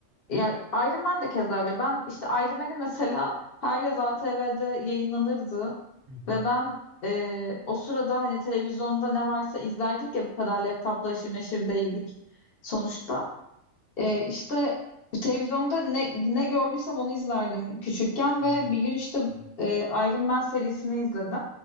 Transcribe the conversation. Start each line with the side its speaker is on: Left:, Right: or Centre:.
Left: ya Iron Man de keza öyle. Ben işte Iron Man'i mesela her yaz ATV'de yayınlanırdı
Right: Hı hı.
Left: ve ben e, o sırada hani televizyonda ne varsa izlerdik ya bu kadar laptopla aşırı neşir değildik sonuçta. Ee, işte televizyonda ne, ne gördüysem onu izlerdim küçükken
Right: Evet.
Left: ve bir gün işte
Right: Evet,
Left: e, Iron Man serisini izledim.